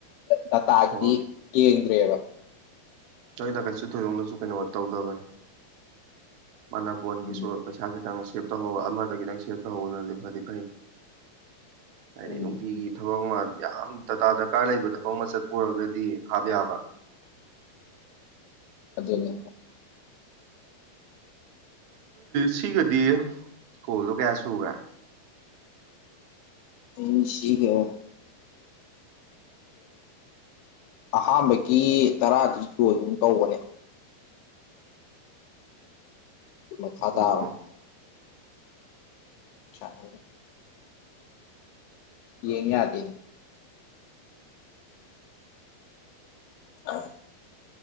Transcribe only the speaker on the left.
ꯗꯇꯥꯒꯤꯗꯤ
ꯌꯦꯡꯗ꯭ꯔꯦꯕ
ꯎꯝ
ꯎꯝ
ꯑꯗꯨꯅꯦ
ꯑꯩ ꯁꯤꯒ ꯑꯍꯥꯟꯕꯒꯤ ꯇꯔꯥꯗꯤ ꯂꯣꯏꯒꯨꯝ ꯇꯧꯕꯅꯦ ꯃꯈꯥ ꯇꯥ
<unintelligible> <inaudible> ꯌꯦꯡꯌꯥꯗꯦ ꯎꯝ <unintelligible>